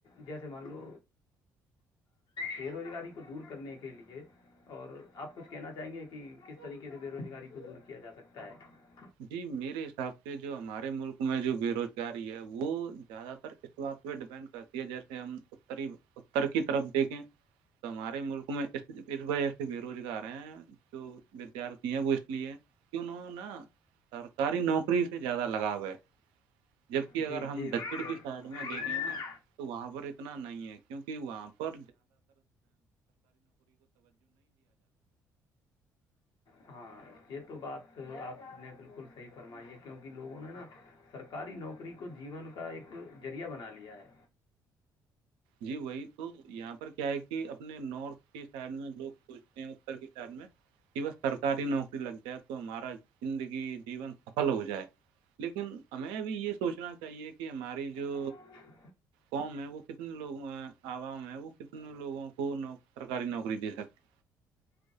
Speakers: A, on the left; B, on the right.
A: جیسے مان لو بے روزگاری کو دور کرنے کے لیے اور آپ کچھ کہنا چاہیں گے کہ کس طریقے سے بے روزگاری کو دور کیا جا سکتا ہے
B: جی میرے حساب سے جو ہمارے ملک میں جو بے روزگاری وہ زیادہ تر اس بات پہ ڈپینڈ کرتی ہے جیسے ہم اری اتر کی طرف دیکھیں تو ہمارے ملک میں اس وجہ سے بے روزگار ہیں جو ودیارتھی ہیں وہ اس لیے ہیں کہ انہوں نا سرکاری نوکری سے زیادہ لگاؤ ہے جبک اگر
A: جی
B: ہم
A: جی بالکل
B: دکچن کی سائڈ میں
A: لوگوں
B: دیکھیں
A: نے
B: نا تو وہاں پر اتنا نہیں ہے کیونکہ وہاں پر
A: ہاں یہ تو بات آپ نے بالکل صحیح فرمائی ہے کیونکہ لوگوں نے نا سرکاری نوکری کو جیون کا ایک ذریہ بنا لیا ہے
B: جی وہی تو یہ کیا ہے کہ اپنے نارتھ کی سائڈ میں لوگ سوچتے ہیں اتر کی سائڈ میں کہ بس سرکاری نوکری لگ جائے تو ہمارا زندگی جیون سفل ہو جائے لیکن ہمیں بھی یہ سوچنا چاہیے کہ ہماری جو
A: ہمارے
B: قوم ہے وہ کتنے لوگوں عوام ہے وہ کتنے لوگوں کو سرکاری نوکری دے سکتی